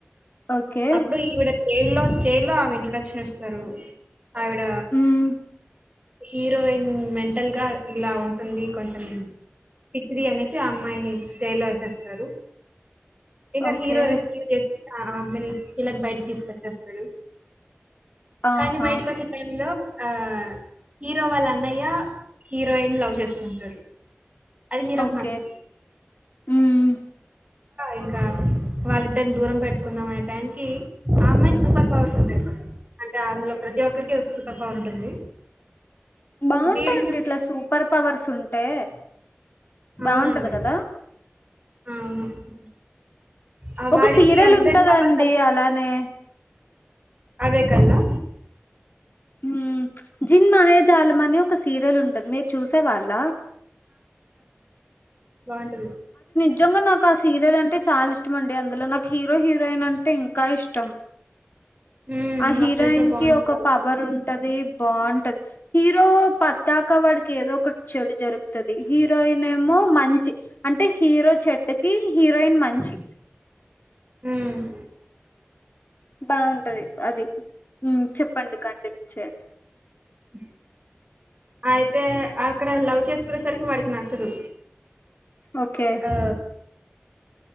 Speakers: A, on the left; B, on the right.
A: ఓకే
B: అప్పుడు ఈవిడ చేల్లో చేల్లో ఆవి ఇంట్రొడక్షన్ ఇస్తారు ఆవిడ
A: మ్మ్
B: హీరోయిన్ మెంటల్ గా ఇలా ఉంటుంది కొంచెం పిచి అనేసి ఆ అమ్మాయిని జయలో వేసేస్తారు ఇక
A: ఓకే
B: హీరో రెస్క్యూ చేసి మి పిల్లన్ బయటికి తీసుకొచ్చేస్తాడు
A: ఆహా
B: కానీ బయటకి వచ్చే టైమ్ లో ఆ హీరో వాళ్ళ అన్నయ్య హీరోయిన్ లవ్ చేసుకుంటారు అది హీరోకి
A: ఓకే
B: నాచ్
A: హ్మ్
B: ఇంకా వాళ్ళిద్దరిని దూరం పెట్టుకుందాం అనే టైనికి ఆ అమ్మాయికి సూపర్ పవర్స్ ఉంటాయి అంటే అందులో ప్రతి ఒక్కరికి సూపర్ పవర్ ఉంటుంది
A: బాగుంటాయిండి
B: వీడికి
A: ఇట్లా సూపర్ పవర్స్ ఉంటే
B: అవునండి
A: బాగుంటది కదా
B: అవును ఆ! వాడికి
A: ఒక సీరియల్
B: అందరి
A: ఉంటందా
B: పవర్
A: అండి అలానే
B: అదే కదా
A: హ్మ్ జిన్ మహేజాలం అని ఒక సీరియల్ ఉంటది మీరు చూసే వాళ్ళ
B: బాగుంటది
A: నిజంగా నాకు ఆ సీరియల్ అంటే చాలా ఇష్టంమండి అందులో నాకు హీరో హీరోయిన్ అంటే ఇంకా ఇష్టం
B: హ్మ్.
A: ఆ
B: వాళ్ళిద్దరు
A: హీరోయిన్
B: బావుంటారు.
A: కి ఒక పవర్ ఉంటది బాగుంటది హీరో పద్దాకా వాడికి ఏదో ఒకటి చెడు జరుగుతుంది తది హీరోయిన్ ఏమో మంచి అంటే హీరో చెడ్కి హీరోయిన్ మంచి
B: మ్మ్
A: బాగుంటది అది చెప్పండి కంటిన్యూ చేయండి
B: హ అయితే అక్కడ లవ్ చేసుకునేసరికి వాడికి నాచ్చదు
A: ఓకే
B: అ